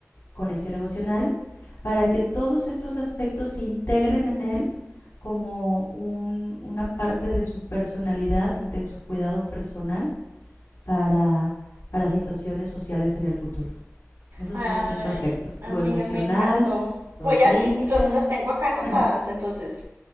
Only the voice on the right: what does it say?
Ay,
amiga,
me encantó.
Voy
a escribir, los, las tengo acá anotadas,
entonces,